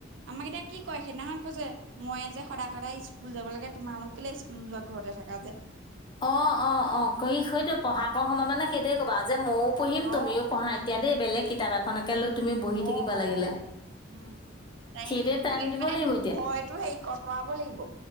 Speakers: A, on the right; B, on the left.
A: আমাক এতিয়া কি কয় সেইদিনাখন কৈছে মই যে সদায় সদায় স্কুল যাব লাগে তোমালোক কেলে স্কুলো যোৱা ঘৰতে থাকা যে।
B: অ', অ', অ', কৰি সৈত পঢ়া ক সময়ত মানে সেইটয়ে কবা আ যে মইও পঢ়িম
A: অ
B: তুমিও পঢ়া এতিয়া দেই বেলেগ কিতাপ এখনকে লৈ তুমি বহি
A: অ
B: থাকিব লাগিলে।
A: অ উম তাই
B: সেইটোৱে টাইম
A: স
B: দিব
A: মানে
B: লাগিব
A: ভয়টো হেৰি কটোৱাব লাগিব।